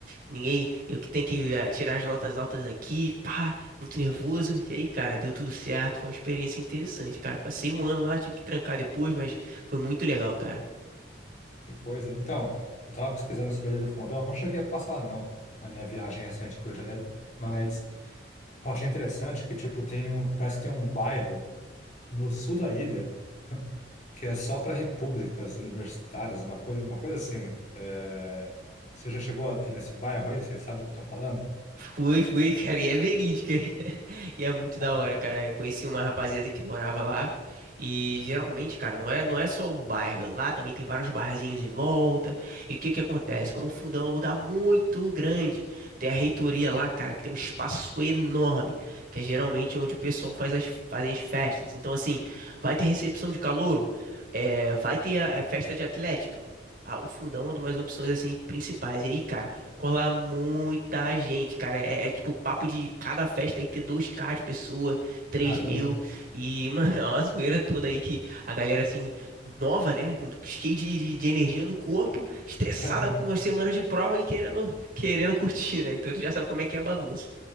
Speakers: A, on the right; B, on the left.
A: ninguém, eu que tenho que ah, tirar as notas altas aqui, pá, muito nervoso. E aí, cara, deu tudo certo, foi uma experiência interessante, cara. Passei um ano lá, tive que trancar depois, mas foi muito legal, cara.
B: Que coisa. Então, eu estava pesquisando sobre a Lei do Fundão, não cheguei a passar, não, na minha viagem recente para o Rio de Janeiro, mas eu achei interessante que, tipo, tem um, parece que tem um bairro no sul da ilha que é só para repúblicas universitárias, uma coisa, uma coisa assim. É, Você já chegou aí nesse bairro aí? Você sabe o que eu tô falando?
A: Fui, fui, <laughs> cara, e é verídica. <laughs> E é muito da
B: Ah,
A: hora, cara. Eu conheci uma rapaziada que morava lá. E geralmente, cara, não é, não é só o bairro. Lá também tem vários barzinhos em volta. E o que que acontece?
B: sim.
A: Como o Fundão é um lugar muito grande, tem a reitoria lá, cara, que tem um espaço enorme, que é geralmente onde o pessoal faz as, fazem as festas. Então, assim, vai ter recepção de calouro, é, vai ter a, a festa de atlética. Ah, o Fundão é uma das opções, assim, principais. E aí, cara. Colar muita gente, cara. É, é tipo papo de cada festa aí ter dois k de pessoa, três
B: Caramba.
A: mil. E, mano, <laughs> é uma zoeira toda aí que a galera, assim, nova, né? Cheia de, de, de energia no corpo, estressada
B: <laughs>
A: com as semanas de prova e querendo, querendo curtir, né? Então tu já sabe como é que é a bagunça.